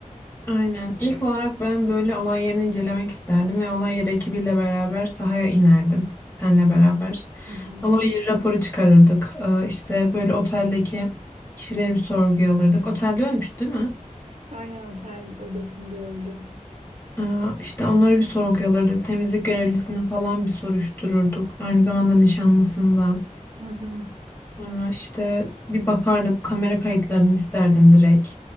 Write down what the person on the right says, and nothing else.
Hı hı.
Aynen otel odasında öldü.
Hı hı.